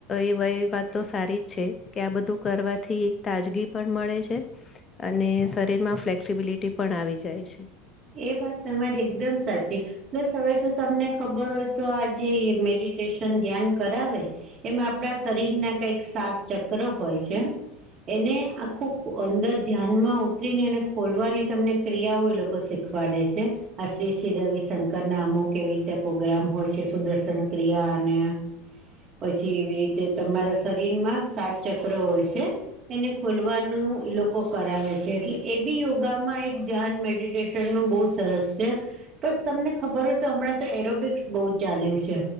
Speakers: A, on the left; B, on the right.
A: એ વાત તો સારી જ છે કે આ બધું કરવાથી તાજગી પણ મળે છે. અને શરીરમાં ફ્લેક્સિબિલિટી પણ આવી જાય છે.
B: એ વાત તમારી એકદમ સાચી પ્લસ હવે તો તમને ખબર હોય તો આજ જે મેડિટેશન ધ્યાન કરાવે એમાં આપણા શરીરના કંઈક સાત ચક્રો હોય છે. એને આખું અંદર ધ્યાન માં ઉતરીને એને ખોલવાની તમને ક્રિયાઓ એ લોકો શીખવાડે છે. આ શ્રી શ્રી રવિશંકર ના અમુક એવી રીતે પોગ્રામ હોય છે. સુદર્શન ક્રિયા અને પછી એવી રીતે તમારા શરીરમાં સાત ચક્ર હોય છે. એને ખોલવાનું એલોકો કરાવે છે‌ એટલે એ બી યોગામાં એક ધ્યાન મેડ રીફેનનું બહુ સરસછે. બસ તમને ખબર હોય તો હમણાં તો એરોબિક્સ બહુ ચાલ્યું છે.